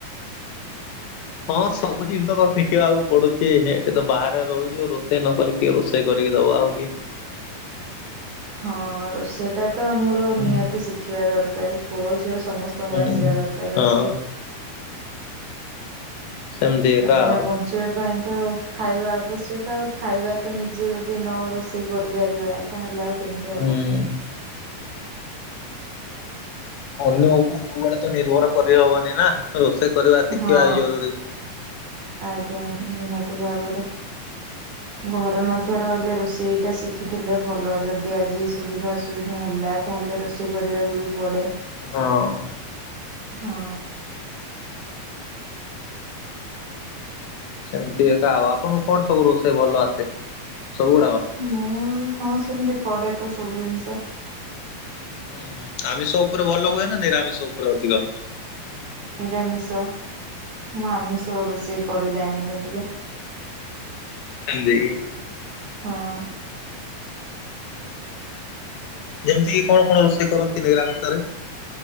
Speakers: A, on the right; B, on the left.
A: <unintelligible>
B: ହଁ ସବୁ ଜିନିଷ ତ ଶିଖିବାକୁ ପଡୁଛି ଏଠି ତ ବାହାରେ ରହୁଛିୁ ରୋଷେଇ ନ କଲେ କିଏ ରୋଷେଇ କରିକି ଦବ ଆଉ କିଏ।
A: ହଁ ରୋଷେଇଟା ତ ଆମର
B: ହୁଁ
A: ନିହାତି ଶିଖିବା ଦରକାର ପୁଅ ଝିଅ ସମସ୍ତେ ତୁମକୁ
B: ହୁଁ
A: ଆସିବା ଦରକାର
B: ହଁ
A: ରୋଷେଇ।
B: ସେମିତି
A: କାହିଁକି
B: ଏକା
A: ନା
B: ଆଉ
A: ବଞ୍ଚିବା ପାଇଁ ତ ଖାଇବା ଆବଶ୍ୟକ ଆଉ ଖାଇବା ତ ନିଜେ ଯଦି ନ ରୋଷେଇ କରିପାରିବା ତାହେଲେ ଆଉ କେମିତି
B: ହୁଁ।
A: ହବ।
B: ଅନ୍ୟ ଉପରେ ସବୁବେଳେ ତ ନିର୍ଭର କରିହବନି ନା ରୋଷେଇ କରିବା ଶିଖିବା
A: ହଁ
B: ବି ଜରୁରୀ।
A: ଆଜ୍ଞା ନିହାତି ଭାବରେ। ଘରେ ମଧ୍ୟ ରହିଲେ ରୋଷେଇଟା ଶିଖିଥିଲେ ଭଲ ଯଦି ଆଜି ସୁବିଧା ଅସୁ ଅସୁବିଧା ହେଲା ତାହେଲେ ରୋଷେଇ କରିବାକୁ ବି ପଡେ।
B: ହଁ
A: ହଁ।
B: ସେମିତି ଏକା ଆଉ ଆପଣଙ୍କୁ କଣ ସବୁ ରୋଷେଇ ଭଲ ଆସେ ସବୁ ଗୁଡାକ?
A: ମୁଁ ହଁ ସେମିତି କରେ ତ ସବୁ ଜିନିଷ।
B: ହୁଁ ହୁଁ ଆମିଷ ଉପରେ ଭଲ ହୁଏ ନା ନିରାମିଷ ଉପରେ ଅଧିକ?
A: ନିରାମିଷ ମୁଁ ଆମିଷ ରୋଷେଇ କରି ଜାଣିନି ଟିକେ।
B: ଖାଲି। <unintelligible>
A: ହଁ।
B: ଯେମିତି କି କଣ କଣ ରୋଷେଇ କରନ୍ତି ନିରାମିଷ ରେ?